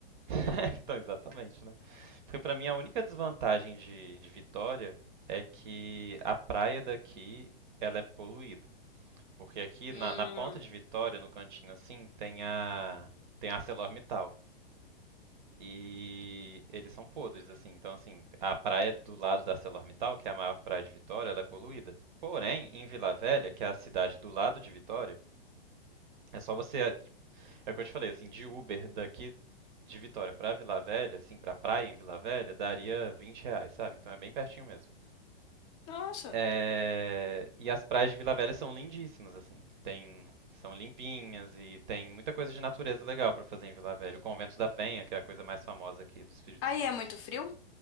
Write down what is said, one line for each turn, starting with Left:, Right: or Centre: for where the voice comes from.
Right: <laughs> Então, exatamente, né? Porque pra mim a única desvantagem de, de Vitória é que a praia daqui ela é poluída. Porque aqui
Left: Hum.
Right: na, na ponta de Vitória, no cantinho assim, tem a tem a ArcelorMittal. E eles são podres, assim. Então, assim, a praia do lado da ArcelorMittal, que é a maior praia de Vitória, ela é poluída. Porém, em Vila Velha, que é a cidade do lado de Vitória, é só você é o que eu te falei, assim, de Uber daqui de Vitória pra Vila Velha, assim, pra praia em Vila Velha, daria 20 reais, sabe? Então é bem pertinho mesmo.
Left: Nossa.
Right: É, E as praias de Vila Velha são lindíssimas, assim. Tem... São limpinhas e tem muita coisa de natureza legal pra fazer em Vila Velha. O Convento da Penha, que é a coisa mais famosa aqui do Espírito
Left: Aí
Right: Santo.
Left: é muito frio?